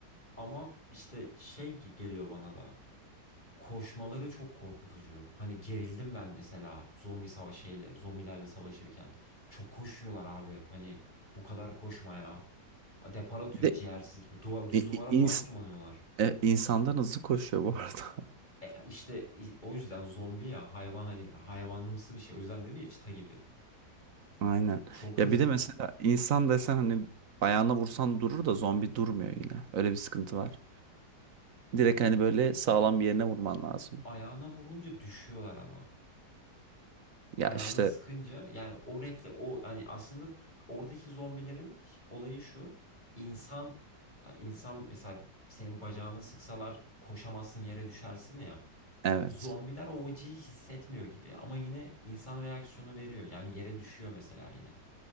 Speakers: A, on the left; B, on the right.
A: Ama işte şey geliyor bana da. Koşmaları çok korkutucu. Hani gerildim ben mesela zombi savaş şeyler zombilerle savaşırken. Çok koşuyorlar abi. Hani bu kadar koşma ya. Depar atıyor
B: Bir
A: ciğersiz
B: de
A: gibi. Duva- düz
B: i-
A: duvara
B: i- ins
A: falan tırmanıyorlar.
B: e, insandan hızlı koşuyor bu arada. <laughs>
A: E, işte i- o yüzden zombi ya hayvan hani hayvanlımsı bir şey. O yüzden dedim ya çita gibi.
B: Aynen.
A: Çok
B: Ya
A: hızlı.
B: bir de mesela insan desen hani ayağına vursan durur da zombi durmuyor yine. Öyle bir sıkıntı var. Direkt hani böyle sağlam
A: A-
B: bir yerine vurman lazım.
A: ayağına vurunca düşüyorlar ama.
B: Ya
A: ayağını
B: işte
A: sıkınca yani o refle o yani aslında oradaki zombilerin olayı şu insan ya insan mesela senin bacağına sıksalar koşamazsın yere düşersin ya
B: evet.
A: zombiler o acıyı hissetmiyor gibi ama yine insan reaksiyonu veriyor yani yere düşüyor mesela yine